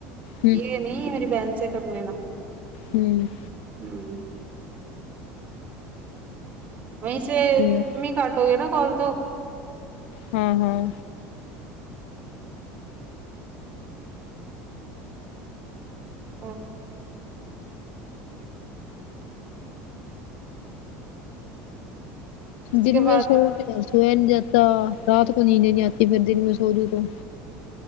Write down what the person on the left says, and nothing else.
ہوں
ہوں
ہوں
ہاں ہاں
دن
میں سوتی سویا نہیں جاتا رات کو نیند ہی نہیں آتی پھر دن میں سو گئے تو